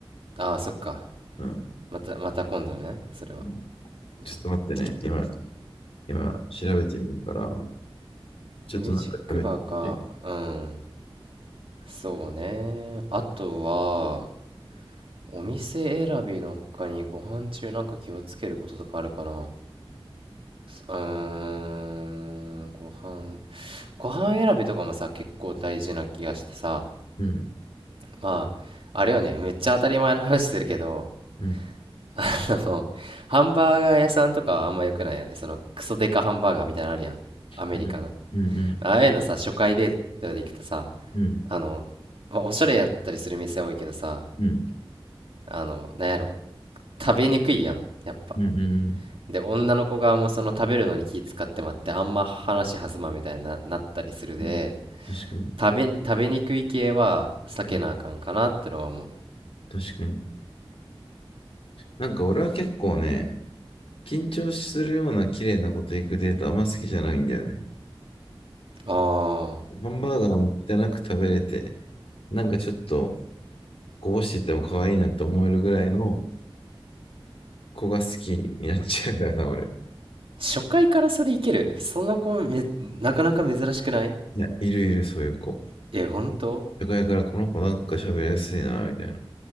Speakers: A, on the right; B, on the left.
A: ああ、そっか。
B: うん。
A: また、また今度ね。それは。
B: うんちょっと待ってね。
A: うん。
B: 今、今、調べてみるから、ちょっとなんか喋って。
A: ミュージックバーか。うん。そうね。あとは、お店選びの他にご飯中なんか気をつけることとかあるかなうーん、ご飯、ご飯選びとかもさ、結構大事な気がしてさ、
B: うん、
A: まあ、あれよね、めっちゃ当たり前の話するけど、
B: うん、
A: <laughs> あの、ハンバーガー屋さんとかはあんま良くないよね。そのクソデカハンバーガーみたいなのあるやん。アメリカの。
B: うん、うん、うん、
A: ああいうのさ、初回デートで行くとさ、
B: うん、
A: あの、まあ、おしゃれやったりする店多いけどさ、
B: うん、
A: あの、なんやろ、食べにくいやん、やっぱ。
B: うん、うん、うん
A: で女の子側もその食べるのに気使ってまってあんま話弾まんみたいにな、なったりするで
B: うん確かに、
A: 食べに、食べにくい系は避けなあかんかなってのは思う
B: うん確かに。なんか俺は結構ね、緊張するような綺麗なこと行くデートあんま好きじゃないんだよね。
A: ああ
B: ハンバーガーも汚く食べれて、なんかちょっとこぼしてても可愛いなって思えるぐらいの子が好きになっちゃうんだよな、俺。
A: 初回からそれいけるその子めなかなか珍しくない
B: いや、いるいる、そういう子。
A: え本当
B: 社会からこの子なんか喋りやすいな、みたいな。